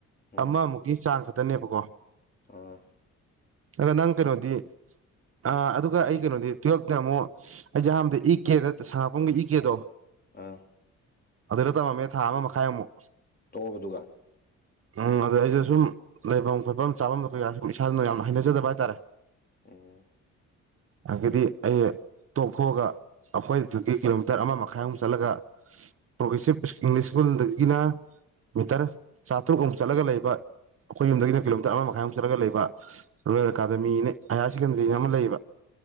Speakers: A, on the left (about 30°); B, on the right (about 50°).
A: ꯎꯝ
B: ꯑꯃꯃꯨꯛꯀꯤ ꯆꯥꯡ ꯈꯛꯇꯅꯦꯕꯀꯣ
A: ꯑꯥ
B: ꯑꯗꯣ ꯅꯪ ꯀꯩꯅꯣꯗꯤ꯫ ꯑ ꯑꯗꯨꯒ ꯑꯩ ꯀꯩꯅꯣꯗꯤ ꯇꯨꯋꯜꯞꯇꯤ ꯑꯃꯨꯛ ꯑꯩꯁꯦ ꯑꯍꯥꯟꯕꯗ ꯏ ꯀꯦꯗ ꯁꯥ <unintelligible> ꯏꯀꯦꯗꯣ꯫
A: ꯑꯥ꯫
B: ꯑꯗꯨꯗ ꯇꯧꯔꯝꯃꯦ ꯊꯥ ꯑꯃ ꯃꯈꯥꯏꯃꯨꯛ
A: ꯇꯣꯛꯑꯕꯗꯨꯒ
B: ꯎꯝ ꯑꯗꯨꯗ ꯑꯩꯁꯨ ꯁꯨꯝ ꯂꯩꯐꯝ ꯈꯣꯠꯐꯝ ꯆꯥꯐꯝꯗ ꯀꯩ ꯏꯁꯥꯅ ꯌꯥꯝꯅ ꯍꯩꯅꯖꯗꯕ ꯍꯥꯏꯇꯥꯔꯦ
A: ꯑ
B: ꯑꯗꯒꯤꯗꯤ ꯑꯩ ꯇꯣꯛꯊꯣꯛꯑꯒ ꯑꯩꯈꯣꯏ__ ꯑꯗꯨꯒꯤ ꯀꯤꯂꯣꯃꯤꯇꯔ ꯑꯃ ꯃꯈꯥꯏꯃꯨꯛ ꯆꯠꯂꯒ ꯄ꯭ꯔꯣꯒꯦꯁꯤꯞ ꯏꯪꯂꯤꯁ ꯁ꯭ꯀꯨꯜꯗꯒꯤꯅ ꯃꯤꯇꯔ ꯆꯥꯇ꯭ꯔꯨꯛꯃꯨꯛ ꯆꯠꯂꯒ ꯂꯩꯕ ꯑꯩꯈꯣꯏ ꯌꯨꯝꯗꯒꯤꯅ ꯀꯤꯂꯣꯃꯤꯇꯔ ꯑꯃ ꯃꯈꯥꯏꯃꯨꯛ ꯆꯠꯂꯒ ꯂꯩꯕ ꯔꯣꯌꯦꯜ ꯑꯦꯀꯥꯗꯃꯤꯅꯦ ꯍꯥꯏꯌꯔ ꯁꯦꯀꯦꯟꯗꯔꯤꯅ ꯑꯃ ꯂꯩꯌꯦꯕ꯫